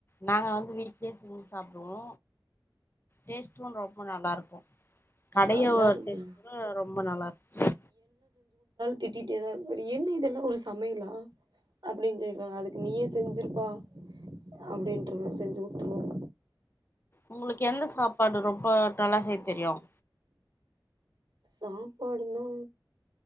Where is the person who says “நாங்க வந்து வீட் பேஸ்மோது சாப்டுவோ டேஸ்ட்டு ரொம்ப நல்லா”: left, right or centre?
Left